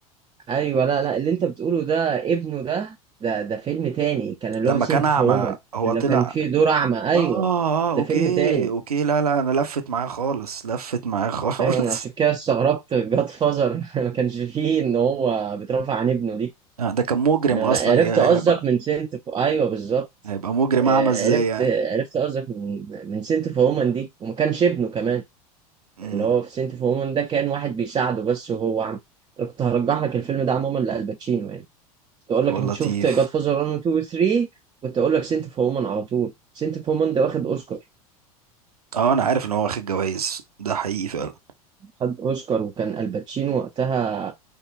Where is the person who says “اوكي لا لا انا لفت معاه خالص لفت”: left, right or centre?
Right